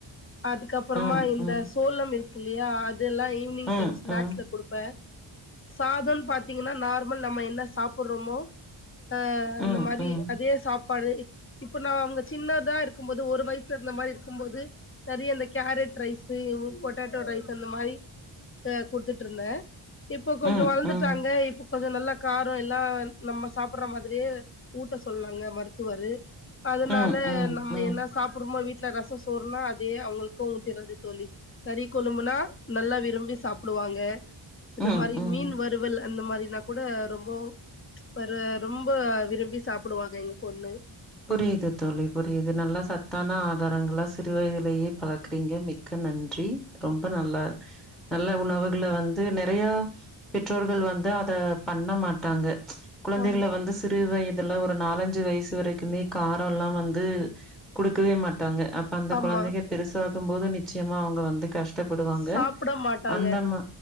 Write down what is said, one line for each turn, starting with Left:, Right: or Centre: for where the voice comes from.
Left: அதுக்கப்பறமா
Centre: ம்,
Left: இந்த
Centre: ம்,
Left: சோளம் இரு ல்லியா இதெல்லா ஈவ்னி்ங்
Centre: ம்,
Left: டைம் ஸ்நாக்ஸ்
Centre: ம்,
Left: லந்து ப சாதோ பாத்தீங்கன்னா நார்மல் நம்ம என்ன சாப்புடறோமோ அ
Centre: ம்,
Left: அந்த மாரி
Centre: ம்,
Left: அதே சாப் படு இப்ப நா அவங்க சின்னதா இருக்கும்போது ஒரு வயசு இந்த மாரி இருக்கும்போது சரி அந்த கேரட் ரைஸ் பொட்டட்டோ ரைஸ் அந்த மாரி அ குடுத்து ட்ருந்தே இப்போ
Centre: ம், ம்,
Left: கொஞ்ச வளந்துட்டாங்க
Centre: ம்,
Left: இப்ப கொஞ்ச நல்லா காரோ எல்லா நம்ம சாப்புடுற மாதிரியே ஊட்ட சொன்னாங்க மருத்துவரு அதுனால
Centre: ம்,
Left: நம்ம
Centre: ம்,
Left: என்ன சாப்புடுமோ வீட் டல ரசம் சோறுனா அதே அவுங்களுக்கு ஊத்திர்றது தோழி கறிக்கொழம்புன்னா நல்லா விரும்பி சாப்டுவாங்க அத
Centre: ம்,
Left: மாதிரி
Centre: ம்.
Left: மீன் வருவல்ல அந்த மாரினா கூட ரொம்பவு வர ரொம்ப விரும்பி சாப்புடுவாங்க எங்க பொண்ணு
Centre: புரியுது தோழி புரியுது நல்லா சத்தான ஆதாரங்களா சிறு வயதிலேயே பழக்குறீங்க மிக்க நன்றி ரொம்ப நல்லா நல்ல உணவுகள வந்து நெறயா பெற்றோர்கள் வந்து அத பண்ண மாட்டாங்க ச் குழந்தைகள
Left: ஆமா
Centre: வந்து சிறு வயத் இதல்லா ஒரு நாலஞ்சு வயசு வரைக் க்குமே காரல்லா வந்து குடுக்கவே மாட்டாங்க அப்ப அந்த
Left: ஆமா
Centre: கொழந்தைங்க பெருசா க்கு போது நிச்சயமா அவுங்க வந்து கஷ்ட் டப்படுவாங்க
Left: சாப்பிட மாட்டாங்க
Centre: அந்த மா